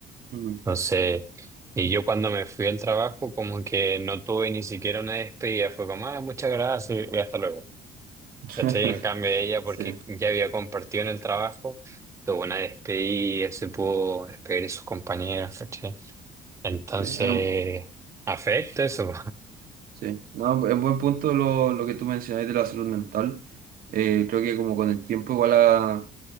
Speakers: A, on the right; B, on the right.
A: Mm.
B: Entonces, y yo cuando me fui al trabajo, como que no tuve ni siquiera una despedida, fue como, ah, muchas gracias y hasta luego.
A: <laughs>
B: ¿Cachai? En cambio ella, porque
A: Sí,
B: ya había compartido en el trabajo, tuvo una despedida, se pudo despedir de sus compañeras, ¿cachai? Entonces,
A: sí, es un-
B: afecta eso.
A: sí. No, es buen punto lo, lo que tú mencionaste de la salud mental. Eh, creo que como con el tiempo igual ha